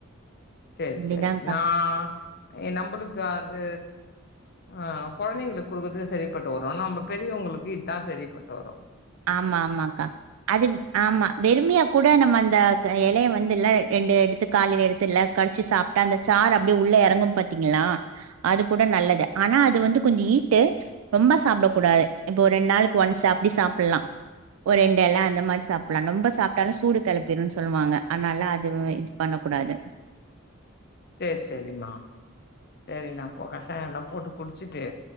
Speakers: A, on the left; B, on the right.
A: சேரி
B: அப்டிதான்க்கா
A: சேரி நா எ நம்பளுக்கு அது ஆஹ் கொழந்தைங்களுக்கு குடுக்குறதுக்கு சரிப்பட்டு வரு நம்ப பெரியவங்களுக்கு இதா சரிப்பட்டு வரு
B: ஆமா ஆமாக்கா அது ஆமா வெறும்மையா கூட நம்ம அந்த க எலைய வந் துல ரெண்டு எடுத்து காலைல எடுத்துல்ல கடிச்சு சாப்டா அந்த சாறு அப்படியே உள்ள எறங்கும் பாத்தீங்களா அது கூட நல்லது ஆனா அது வந்து கொஞ்ச ஈட்டு ரொம்ப சாப்டக் கூடாது இப்போ ரெண்ட் நாளுக்கு ஒன்ஸ் அப்டி சாப் புலா ஒரு ரண்டு எல அந்த மாரி சாப் லா ரொம்ப சாப்டாலு சூடு கெளப்பிருன் சொ சொல்வாங்க அதுனால அதுவெ இது பண்ண கூடாது
A: சேர் செரிமா சேரி நா போ கஷாயல்லா போட்டு குடிச்சிட்டு